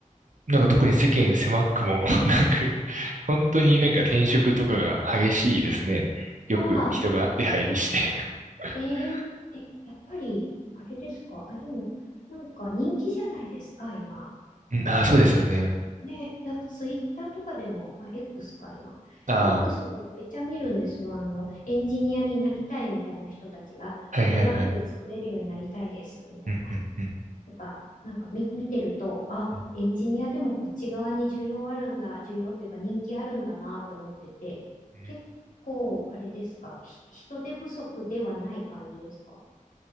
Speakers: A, on the right; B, on the left.
A: なんか特に世間狭くも
B: うん。
A: <laughs> なく、本当になんか転職とかが激しいですね。よく人が出入りして
B: あ <laughs>
A: <laughs>
B: あ、えー、え、やっぱり、あれですか。あ、でも、なんか人気じゃないですか、今。
A: うん、ああ、そうですよね。
B: ね、なんかツイッターとかでも、あ、X か、今。
A: あ
B: X でもめっちゃ見るんですよ。あの、エンジニアになりたいみたいな人たちが、
A: あ、はいはいはい。
B: ウェブアプリ作れるようになりたいです、みたいな。
A: うん、うん、うん。
B: とか、なんか見、見てると、あ、
A: うん
B: エンジニアでもこっち側に需要あるんだ、需要っていうか人気あるんだなと思ってて、
A: うん
B: 結構、あれですか、ひ人手不足ではない感じですか